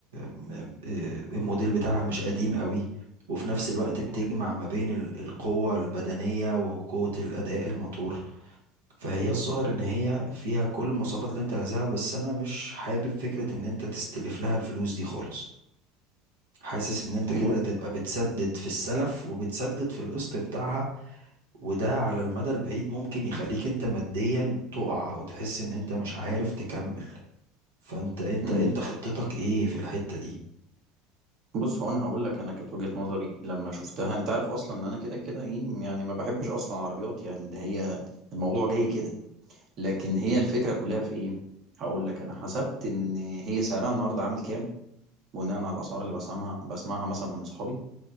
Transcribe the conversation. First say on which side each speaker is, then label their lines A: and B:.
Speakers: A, on the right; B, on the right.
A: م- آه، الموديل بتاعها مش قديم قوي وفي نفس الوقت بتجمع ما بين ال- القوة البدنية وقوة الأداء الموتور فهي الظاهر ان هي فيها كل المواصفات اللي انت عايزها بس انا مش حابب فكرة ان انت تستلف لها الفلوس دي خالص حاسس ان انت كده
B: بص
A: هتبقى بتسدد في السلف وبتسدد في القسط بتاعها وده على المدى البعيد ممكن يخليك انت ماديا تقع او تحس ان انت مش عارف تكمل فانت انت
B: مم.
A: انت خطتك ايه في الحتة دي
B: بص هو انا هقول لك انا كانت وجهة نظري لما شفتها انت عارف اصلا ان انا كده كده ايه يعني ما بحبش اصلا العربيات يعني ده هي الموضوع جاي كده لكن
A: مم.
B: هي الفكرة كلها في ايه هقول لك انا حسبت ان هي سعرها النهارده عامل كام بناء على الاسعار اللي بسمعها بسمعها مثلا من صحابي